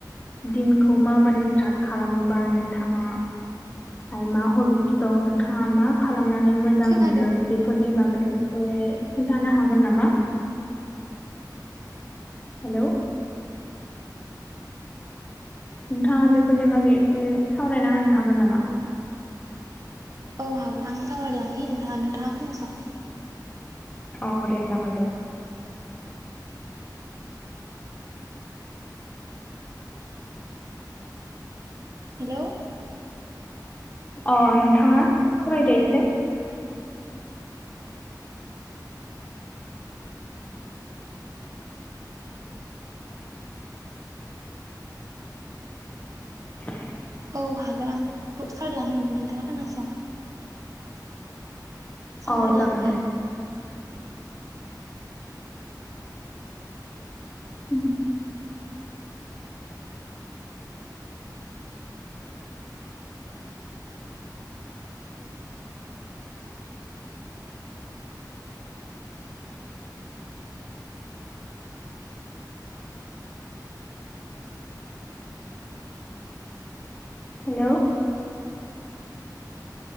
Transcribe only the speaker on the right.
खोनादों
औ हागोन आं सावरायलांनि नोंथाङा नोंथाङा खोनासं।
हेलौ
औ हागोन आं सावरायलांनो नोंथाङा खोनासं। सावरायलांनि।